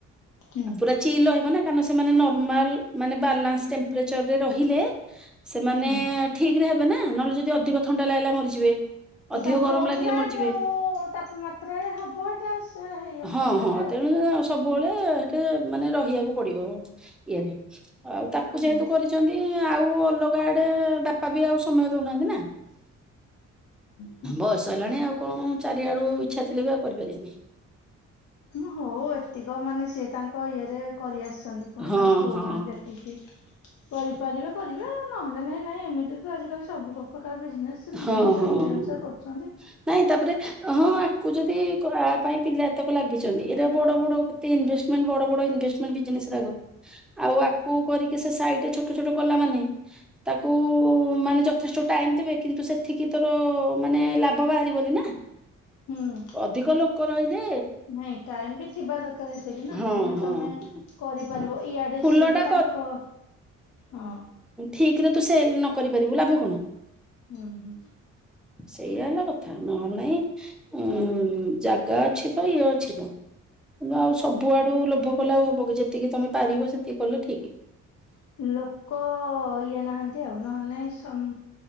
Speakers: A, on the left; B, in the centre.
A: ହୁଁ
B: ପୁରା ଚିଲ୍ ରହିବ ନା କାରଣ ସେମାନେ ନର୍ମାଲ ମାନେ ବାଲାନ୍ସତେମ୍ପର୍ଚରେ ରହିଲେ ସେମାନେ
A: ହୁଁ
B: ଠିକ ରେ ହେବେ ନା ନହେଲେ ଯଦି ଅଧିକ ଥଣ୍ଡା ଲାଗିଲା ମରିଯିବେ। ଅଧିକ
A: ଆଉ ତାଙ୍କର
B: ଗରମ
A: <unintelligible>
B: ଲାଗିଲେ ମରିଯିବେ।
A: ଯୋଉ ତାପମାତ୍ରାରେ ହବ ଏଇଟା ସେ ହେଇ ଅନୁସାରେ
B: ହଁ
A: ଦେବେ
B: ହଁ
A: ଆଉ।
B: ତେଣୁ ସବୁବେଳେ ସେଠେ ମାନେ ରହିବାକୁ ପଡିବ ଇଏରେ। ଆଉ ତାକୁ
A: ହୁଁ
B: ଯେହେତୁ କରିଚନ୍ତି ଆଉ ଅଲଗା ଆଡେ ବାପା ବି ଆଉ ସମୟ ଦଉନାହାନ୍ତି ନା।
A: ହୁଁ
B: ବୟସ ହେଲାଣି ଆଉ କଣ ଚାରିଆଡୁ ଇଚ୍ଛା ଥିଲେ ବି ଆଉ କରିପାରିବାନି।
A: ହୁଁ ହଉ ଏତିକ ମାନେ ସିଏ ତାଙ୍କ ଇଏରେ କରିଆସିଛନ୍ତି ପୁଣି
B: ହଁ
A: ତାଙ୍କ ପୁଅ
B: ହଁ।
A: ମାନେ ଯେତିକି କରିପାରିବେ କରିବେ ନହେଲେ ନାଇଁ ନାଇଁ ଏମିତି ତ ଆଜିକାଲି ସବୁ ପ୍ରକାର ବିଜନେସ ନିଜ
B: ହଁ
A: ନିଜ
B: ହଁ
A: ଇଏ
B: ହଁ।
A: ଅନୁସାରେ କରୁଛନ୍ତି।
B: ନାଇଁ ତାପରେ ହଁ କୁ ଯଦି କରଆ ପାଇଁ ପିଲା ଏତକ ଲାଗିଚନ୍ତି ଏଇଟା ବଡ ବଡ କେତେ ଇନଭେଷ୍ଟ ମାନେ ବଡ଼ ବଡ଼ ଇଭେଷ୍ଟମେଣ୍ଟ ବିଜନେସ ଇରାକ ଆଉ ଆ କୁ କରିକି ସେ ସାଇଡରେ ଛୋଟ ଛୋଟ କଲା ମାନେ ତାକୁ ମାନେ ଯଥେଷ୍ଟ ଟାଇମ ଦେବେ। କିନ୍ତୁ ସେତିକି ତୋର ମାନେ ଲାଭ ବାହାରିବନି ନା।
A: ହୁଁ
B: ଅଧିକ ଲୋକ ରହିଲେ
A: ନାଇଁ ଟାଇମ ବି ଥିବା ଦରକାର ହେକି ନା
B: ହଁ
A: ପୁଣି
B: ହଁ
A: ତମେ
B: ହଁ।
A: କରି କରିବ ଇଆଡେ
B: ଫୁଲଟା
A: ସିଏ ବି ତାଙ୍କ ହଁ।
B: ଠିକ ରେ ତୁ ସେଲ ନ କରିପାରିବୁ ଲାଭ କଣ?
A: ହୁଁ ହୁଁ।
B: ସେଇଆା ହେଲା କଥା, ନହେଲେ ନାଇଁ ଉଁ ଜାଗା ଅଛି ତ ଇଏ ଅଛି ତ। କିନ୍ତୁ ଆଉ ସବୁଆଡୁ ଲୋଭ କଲେ ଆଉ ହବ କି ଯେତିକି ତମେ ପାରିବ ସେତିକି କଲେ ଠିକ।
A: ଲୋକ ଇଏ ନାହାନ୍ତି ଆଉ, ନହେଲେ ନାଇଁ ସମ